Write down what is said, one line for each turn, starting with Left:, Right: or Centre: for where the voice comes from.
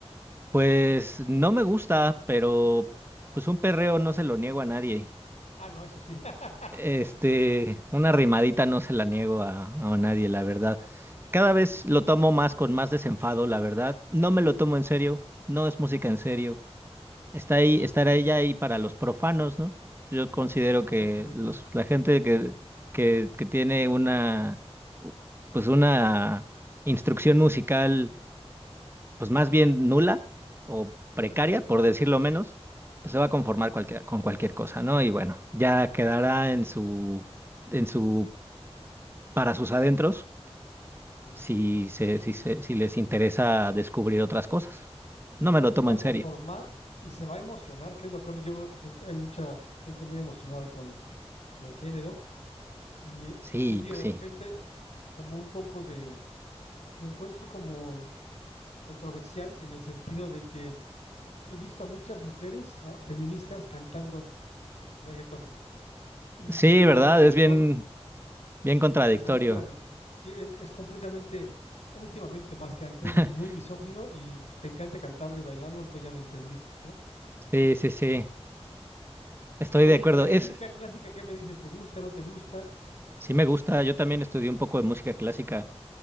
Right: Pues no me gusta, pero pues un perreo no se lo niego a nadie.
Left: Ah, no, eso sí. <laughs>
Right: Este, una rimadita no se la niego a, a nadie, la verdad. Cada vez lo tomo más con más desenfado, la verdad. No me lo tomo en
Left: Ah,
Right: serio, no es música en serio. Está ahí,
Left: claro,
Right: estará ella ahí para los profanos, ¿no? Yo considero
Left: exactamente.
Right: que los, la gente que, que, que tiene una, pues una instrucción musical pues más bien nula o precaria,
Left: Sí,
Right: por decirlo menos, pues se va a conformar cualquier- con cualquier cosa, ¿no? Y bueno, ya quedará en su, en su, para sus adentros,
Left: sí.
Right: si se, si se, si les interesa descubrir otras cosas. No
Left: Claro,
Right: me lo
Left: se
Right: tomo
Left: va a
Right: en
Left: conformar
Right: serio.
Left: y se va a emocionar, que es lo peor. Yo veo que gente, hay mucha gente muy emocionada con, con el género y,
Right: Sí,
Left: y digo,
Right: pues
Left: de
Right: sí.
Left: repente, como un poco de, lo encuentro como controversial en el sentido de que he visto a muchas mujeres a feministas cantando reggaetón y
Right: Sí,
Left: disfrutando
Right: ¿verdad?
Left: el reggaetón
Right: Es bien, bien contradictorio.
Left: y dices, a ver, espérame, sí, es, es completamente, últimamente más que antes,
Right: <laughs>
Left: muy misógino y te encanta cantarlo y bailarlo, entonces ya no entendí, ¿no?
Right: Sí, sí, sí. Estoy
Left: Oye,
Right: de acuerdo.
Left: que de la
Right: Es,
Left: música clásica, ¿qué me dices? ¿Te gusta, no te gusta?
Right: sí me gusta. Yo también estudié un poco de música clásica